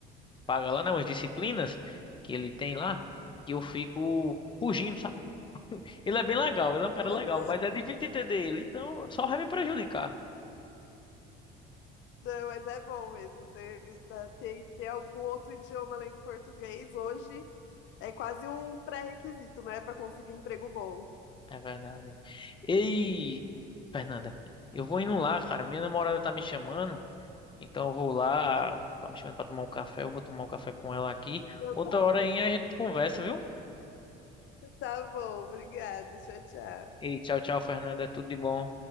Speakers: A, on the left; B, on the left.
A: paga lá, né? Umas disciplinas que ele tem lá, que eu fico fugindo, sabe? Ele é bem legal, ele é um cara legal,
B: aham.
A: mas é difícil entender ele, então só vai me prejudicar.
B: não, mas é bom mesmo. Você eh, ter, ter algum outro idioma além do português hoje É quase um pré-requisito, né, para conseguir emprego bom.
A: É verdade. Ei, Fernanda, eu vou indo lá, cara. Minha namorada tá me chamando, então eu vou lá. Tá me chamando pra tomar um café. Eu vou tomar um café com ela aqui.
B: Então,
A: Outra
B: tá
A: hora
B: bom,
A: aí a gente conversa, viu?
B: tá bom, obrigada, tchau, tchau.
A: Ei, tchau, tchau, Fernanda. Tudo de bom.